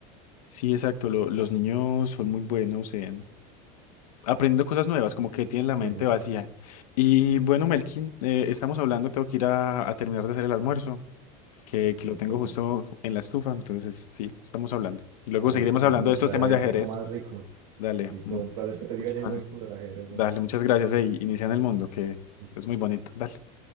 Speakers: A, on the left; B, on the right.
A: Sí, exacto. lo- los niños son muy buenos en aprendiendo cosas nuevas, como que tienen la
B: Sí,
A: mente
B: sí.
A: vacía. Y bueno, Melkin, eh, estamos hablando, tengo que ir a, a terminar de hacer el almuerzo, que, que
B: Listo,
A: lo tengo justo
B: pues.
A: en la estufa, entonces sí, estamos hablando. Y luego
B: Ah,
A: seguiremos
B: listo, pues,
A: hablando
B: hombre,
A: de
B: que
A: estos
B: te vaya
A: temas
B: bien,
A: de ajedrez.
B: que comas rico.
A: Dale,
B: Listo,
A: mu-
B: un placer que te siga
A: muchísimas,
B: yendo bien
A: gracias.
B: con el ajedrez, hombre.
A: dale, muchas gracias. ey, inicia en el mundo, que
B: Listo.
A: es muy bonito. Dale.